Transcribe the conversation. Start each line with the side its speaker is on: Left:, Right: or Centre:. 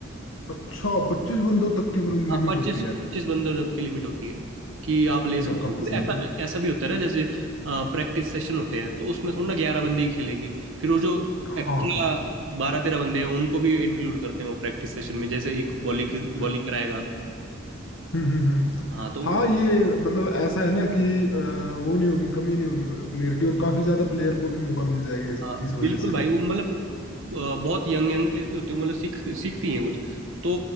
Left: अच्छा पच्चीस बंदों तक की मतलब
Right: हाँ
Left: लिमिट
Right: पच्चीस
Left: होती है
Right: पच्चीस बंदों तक की लिमिट होती है कि आप ले सकते
Left: यार काफी
Right: हो फिर
Left: सही
Right: ऐसा
Left: है
Right: ऐसा भी होता है ना जैसे प्रैक्टिस सेशन होते हैं तो उसमें थोड़ा ना ग्यारह बंदे ही खेलेंगे फिर वो जो
Left: हाँ
Right: एक्स्ट्रा
Left: हाँ
Right: बारह तेरह बंदे हैं उनको भी इंक्लूड करते हैं वो प्रैक्टिस सेशन में जैसे एक बॉलिंग
Left: हम्म
Right: बॉलिंग कराएगा
Left: हम्म हम्म हम्म।
Right: हाँ तो
Left: हाँ ये मतलब ऐसा है ना कि अ, वो नहीं होगी कमी नहीं होगी प्लेयर की और काफी ज्यादा प्लेयर को भी मौका मिल जाएगा इस,
Right: हाँ
Left: इस वजह
Right: बिल्कुल
Left: से
Right: भाई वो मतलब अ, बहुत यंग यंग प्लेयर भी होते हैं मतलब सीख सीखती हैं कुछ तो